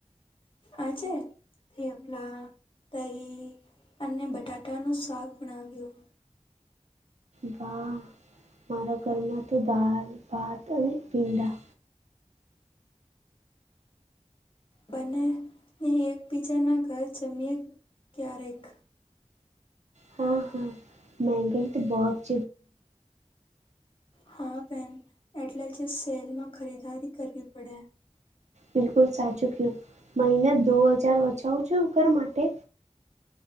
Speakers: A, on the left (about 45°); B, on the right (about 65°).
A: આજે થેપલા દહી અને બટાટાનું શાક બનાવ્યું.
B: બાહ મારા ઘરના તો દાલ બાથ અને પીંડા
A: બને એકબીજાના ઘર જમીએ ક્યારેક
B: હા-હા મેગાઈ તો બો <unintelligible>
A: હા બેન એટલે જે સેલમાં ખરીદારી કરવી પડે.
B: બિલકુલ સાચું કયું મહિને દો હજાર બચાવું છું ઘર માટે